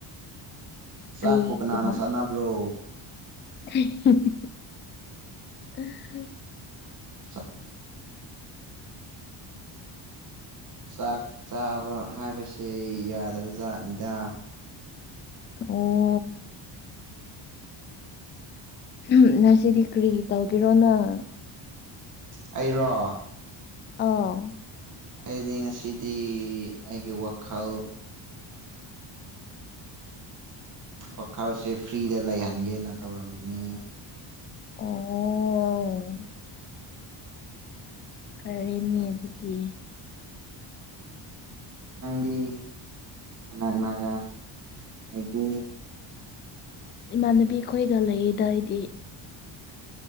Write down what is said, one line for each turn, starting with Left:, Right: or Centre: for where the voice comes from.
Right: ꯆꯥꯛ
Left: ꯀꯔꯤ
Right: ꯄꯨ ꯀꯅꯥꯟꯅ
Left: ꯌꯥꯝ
Right: ꯆꯥꯟꯅꯕ꯭ꯔꯣ
Left: <unintelligible>
Right: ꯆꯥꯛ ꯆꯥꯛ ꯆꯥꯕ ꯍꯥꯏꯕꯁꯦ ꯌꯥꯗꯕ ꯖꯥꯠꯅꯤꯗ
Left: ꯑꯣ <unintelligible> ꯉꯁꯤꯗꯤ ꯀ꯭ꯔꯤ ꯇꯧꯒꯦꯔꯣ ꯅꯪ
Right: ꯑꯩꯔꯣ
Left: ꯑꯥꯎ
Right: ꯑꯩꯗꯤ ꯉꯁꯤꯗꯤ ꯑꯩꯒꯤ ꯋꯥꯈꯜ ꯋꯥꯈꯜꯁꯦ ꯐ꯭ꯔꯤꯗ ꯂꯩꯍꯟꯒꯦꯅ ꯇꯧꯔꯝꯃꯤꯅꯦ
Left: ꯑꯣ <unintelligible> ꯑꯔꯦꯅꯦ ꯗꯨꯗꯤ
Right: ꯅꯪꯗꯤ ꯀꯅꯥ ꯀꯅꯥꯒ ꯂꯩꯒꯦ?
Left: ꯏꯃꯥꯟꯅꯕꯤ ꯈꯣꯏꯒ ꯂꯩꯌꯦꯗ ꯑꯩꯗꯤ꯫